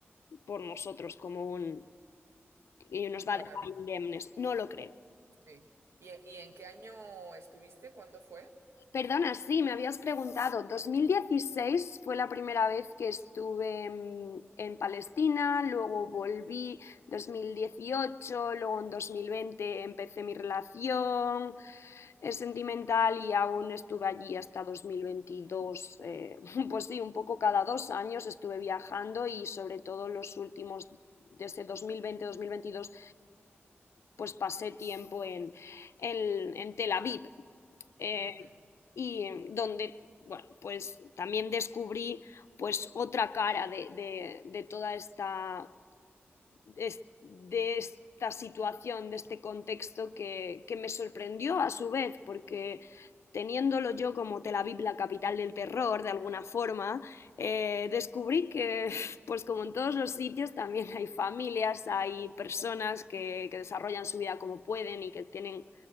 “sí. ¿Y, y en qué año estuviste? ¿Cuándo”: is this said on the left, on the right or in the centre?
Right